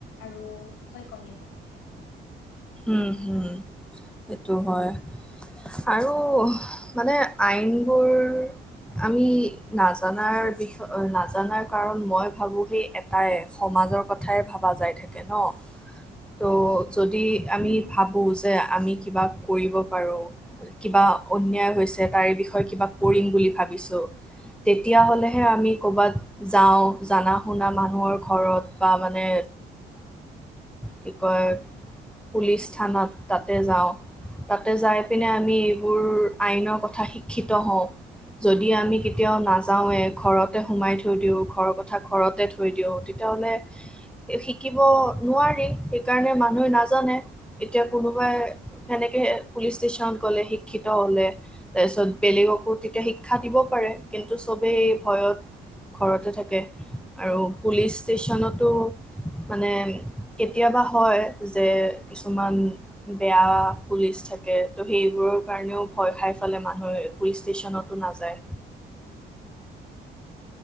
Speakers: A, on the left; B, in the centre.
A: আৰু ভয় কমিব।
B: উম উম সেইটো হয় আৰু মানে আইনবোৰ আমি নাজানাৰ বিষ নাজানাৰ কাৰণ মই ভাবো সেই এটাই সমাজৰ কথাই ভাবা যায় থাকে ন ত' যদি আমি
A: উম,
B: ভাবোঁ যে আমি কিবা কৰিব পাৰোঁ কিবা অন্যায় হৈছে তাৰে বিষয়ে কিবা কৰিম বুলি ভাবিছোঁ। তেতিয়া হ'লেহে আমি কৰ'বাত যাওঁ জনা শুনা মানুহৰ ঘৰত বা মানে কি কয়? পুলিচ থানাত তাতে যাওঁ তাতে যাই পিনে আমি এইবোৰ আইনৰ কথা শিক্ষিত হওঁ যদি আমি কেতিয়াও নাযাওঁৱে ঘৰতে সোমাই থৈ দিওঁ ঘৰৰ কথা ঘৰতে থৈ দিওঁ তেতিয়াহ'লে শিকিব নোৱাৰি সেইকাৰণে মানুহ <unintelligible> এতিয়া কোনোবাই সেনেকে পুলিচ ষ্টেচনত গলে শিক্ষিত হলে তাৰপিছত বেলেগকো তেতিয়া শিক্ষা দিব পাৰে কিন্তু চবেই ভয়ত ঘৰতে থাকে আৰু পুলিচ ষ্টেচনতো মানে কেতিয়াবা হয়। যে কিছুমান বেয়া পুলিচ থাকে ত' সেইবোৰৰ কাৰণেও ভয় খাই ফালে মানুহে পুলিচ ষ্টেচনতো নাযায়।